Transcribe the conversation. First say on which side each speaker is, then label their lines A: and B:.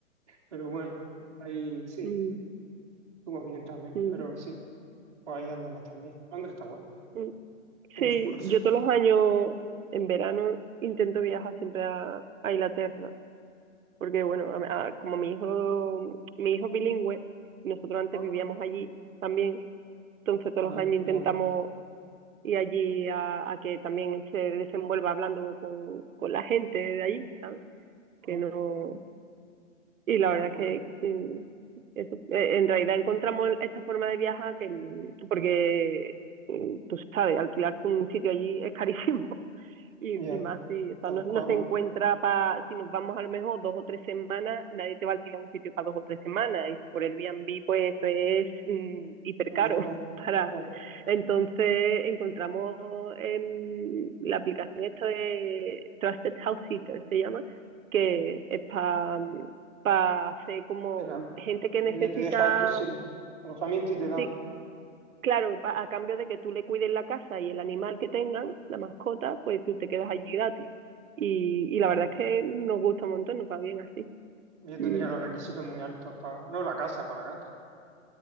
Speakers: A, on the right; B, on the right.
A: pero bueno, ahí sí,
B: mm,
A: estuvo bien también,
B: mm,
A: pero sí, pues ahí andamos también, Londres está guay,
B: mm.
A: tiene
B: Sí,
A: sus cosas,
B: yo todos los años en verano intento viajar siempre a, a Inglaterra, porque bueno, a- a- como mi hijo, mi hijo es bilingüe, nosotros antes
A: ah,
B: vivíamos allí también, entonces todos
A: Amo,
B: los años intentamos
A: mola,
B: ir allí a, a que también se desenvuelva hablando con, con la gente de allí, ¿sabes?
A: ah,
B: Que no Y la verdad
A: mola,
B: es que mm, eso, eh, en realidad encontramos esta forma de viajar que, mm, porque mm, tú sabes, alquilarse un sitio allí es <laughs> carísimo. Y,
A: ya,
B: y más si, o sea,
A: tal
B: no, no
A: cual,
B: se encuentra para, si nos vamos a lo mejor dos o tres semanas, nadie te va a alquilar un sitio para dos o tres semanas. Y por el Airbnb, pues eso es mm, hiper
A: dinero.
B: caro <laughs> para...
A: claro.
B: Entonces encontramos em, la aplicación esta de Trusted House Sitter, se llama, que es para para hacer como
A: Que la,
B: gente
A: la
B: que necesita
A: peña te deja tú sin alojamiento y te dan.
B: sí, Claro, a, a cambio de que tú le cuides la casa y el animal que tengan, la mascota, pues tú te quedas allí gratis. Y, y la
A: Uf,
B: verdad es que nos gusta un montón, nos va bien así.
A: yo
B: Mm.
A: tendría los requisitos muy altos para. No, la casa, para la gata.